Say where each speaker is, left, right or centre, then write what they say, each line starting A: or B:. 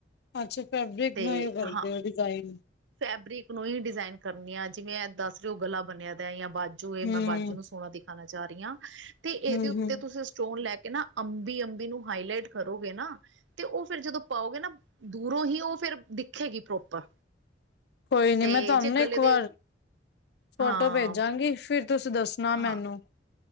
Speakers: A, on the left (about 60°); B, on the right (about 85°).
A: ਅੱਛਾ ਫੈਬਰਿਕ
B: ਤੇ
A: ਨੂੰ ਈ ਵਰਤਦੇ
B: ਹਾਂ
A: ਓ, ਡਿਜ਼ਾਈਨ।
B: ਫੈਬਰਿਕ ਨੂੰ ਹੀ ਡਿਜ਼ਾਇਨ ਕਰਨੀ ਆ, ਜਿਵੇਂ ਦੱਸ ਜੋ ਗਲਾ ਬਣਿਆ ਦਾ, ਯਾ ਬਾਜ ਜੋ ਇਹ ਮੈਂ
A: ਹੂੰ
B: ਬਾਜੂ ਨੂੰ ਸੋਹਣਾ ਦਿਖਾਣਾ ਚਾਹ ਰਹੀ ਆ, ਤੇ ਇਹਦੇ
A: ਹੂੰ
B: ਉੱਤੇ
A: ਹੂੰ
B: ਤੁਸੀਂ ਸਟੋਨ ਲੈਕੇ ਨਾ ਅੰਬੀ, ਅੰਬੀ ਨੂੰ ਹਾਈਲਾਈਟ ਕਰੋਗੇ ਨਾ ਤੇ ਉਹ ਫਿਰ ਜਦੋਂ ਪਾਓਗੇ ਨਾ, ਦੂਰੋਂ ਈ ਉਹ ਫਿਰ ਦਿਖੇਗੀ ਪ੍ਰੋਪਰ।
A: ਕੋਈ ਨੀ
B: ਤੇ
A: ਮੈਂ ਤੁਹਾਨੂੰ
B: ਜੇ ਗਲੇ
A: ਨਾ ਇੱਕ
B: ਦੇ
A: ਵਾਰ, ਫੋਟੋ
B: ਹਾਂ
A: ਭੇਜਾਂਗੀ ਫਿਰ ਤੁਸੀਂ ਦੱਸਣਾ
B: ਹਾਂ
A: ਮੈਨੂੰ।